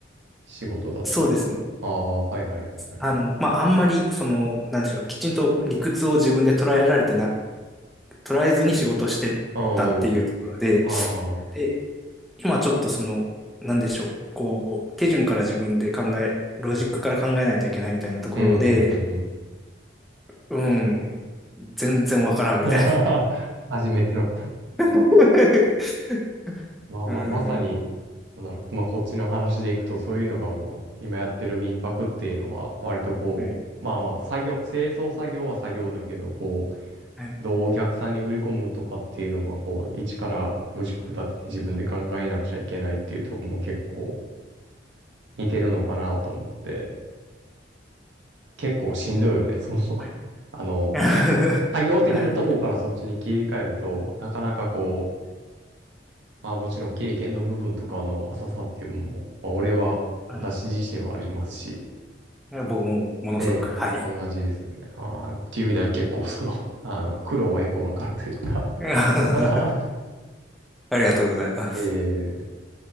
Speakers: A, on the right; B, in the centre.
A: 仕事だったってこと。
B: そうですね。
A: ああ、はいはいはい、なるほ
B: あの、まあ、あんまり、その、なんていうの、きちんと理屈を自分で捉えられてな、捉えずに仕事してたっていうところで、
A: ど。ああ、ああ、
B: で、今ちょっとその、なんでしょう、こう、手順から自分で考え、ロジックから考えないといけないみたいなところで、
A: うんうん、うんうん。
B: うん、全然わからんみたいな。
A: <laughs> 初めての。
B: <laughs>
A: まあまあ、
B: うん。
A: まさに、なんだろう、まあこっちの話でいくと、そういうのがもう、今やってる民泊っていうのは、割とこう、
B: はい。
A: まあまあ、作業、清掃作業は作業だけど、こう、
B: はい。
A: どうお客さんに売り込むとかっていうのは、こう、一からロジック立てて自分で考えなくちゃいけないっていうところも結構似てるのかなと思って、結構しんどいよね、その
B: はい。
A: <laughs> あの、
B: <laughs>
A: 作業的なとこからそっちに切り替えると、
B: はい。
A: なかなかこう、まあもちろん経験の部分とかの浅さっていうのも、まあ俺は、
B: はい
A: 私自身はありますし、
B: 僕もものすごく、
A: ねお同じですよね。
B: はい。
A: あーっていう意味では結構その、<laughs> あの、苦労はよくわかるというか
B: <laughs> あ
A: <laughs>
B: りがとうございます。
A: ええ